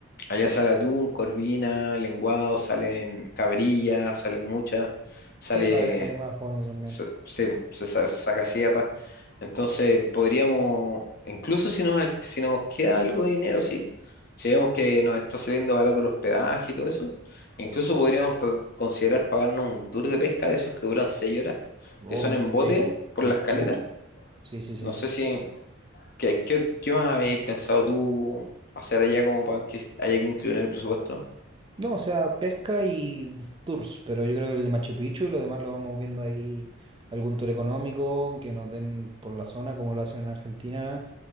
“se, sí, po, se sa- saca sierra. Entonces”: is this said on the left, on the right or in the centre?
Left